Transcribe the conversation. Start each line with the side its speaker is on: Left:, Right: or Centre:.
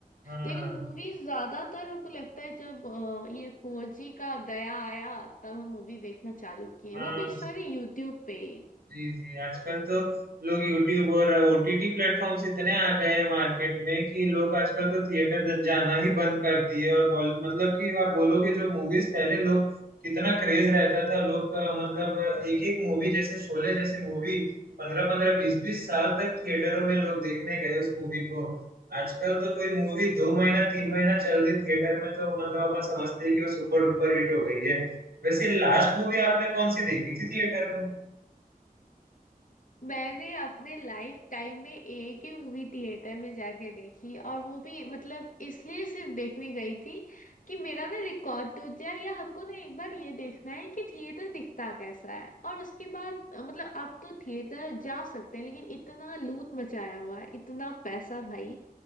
Right: हाँ
Left: लेकिन
Right: हाँ
Left: मूवीज ज्यादातर हमको लगता है जब अ, ये फोर जी का दया आया तब हम मूवी देखना चालू किए
Right: हाँ,
Left: वो भी
Right: हाँ,
Left: सारे यूट्यूब पे
Right: जी जी आजकल तो लोग यूट्यूब और ओटीटी प्लेटफॉर्म्स इतने आ गए हैं मार्केट में कि लोग आजकल तो थिएटर जाना ही बंद कर दिए और बॉल मतलब कि आप बोलोगे जो मूवीज पहले लोग कितना क्रेज रहता था लोग का मतलब एक एक मूवी जैसे शोले जैसे मूवी पंद्रह पंद्रह बीस बीस साल तक थिएटरों में लोग देखने गए उस मूवी को आजकल तो कोई मूवी दो महीना तीन महीना चल रही थिएटर में तो मतलब अपन समझते हैं कि वो सुपर डुपर हिट हो गई है वैसे लास्ट मूवी आपने कौन सी देखी थी थिएटर
Left: मैंने अपने लाइफ टाइम में एक ही मूवी थिएटर में जाके देखी और वो भी मतलब इसलिए सिर्फ देखने गई थी कि मेरा ना रिकॉर्ड टूट जाए या हमको ना एक बार ये देखना है कि थिएटर दिखता कैसा है और उसके बाद अ, मतलब अब तो थिएटर जा सकते हैं लेकिन इतना लूट मचाया हुआ है इतना पैसा भाई